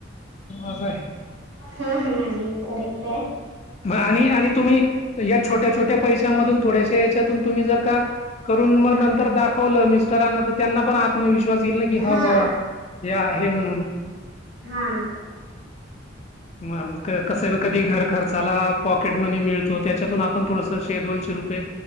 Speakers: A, on the left; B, on the right.
A: असं आहे
B: हम हा येव कररीते
A: मग आणि आणि तुम्ही या छोट्या छोट्या पैशांमधून थोड्याश या्याच्यातून तुम्ही जर का करून मग
B: हा
A: नंतर दाखवलं मी त्यांना पण आत्मविश्वास येईल ना की ह
B: हा
A: वा हे आहे म्हणून.
B: हम्म.
A: म कस कधी घर खर्चाला पॉकट मनी मिळतो त्याच्यातून पण थोडस शे दोनशे रुपये